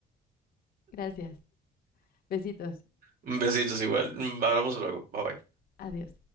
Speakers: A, on the left; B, on the right.
A: Gracias. Besitos.
B: Besitos igual. Mm, Hablamos luego. Bye bye.
A: Adiós.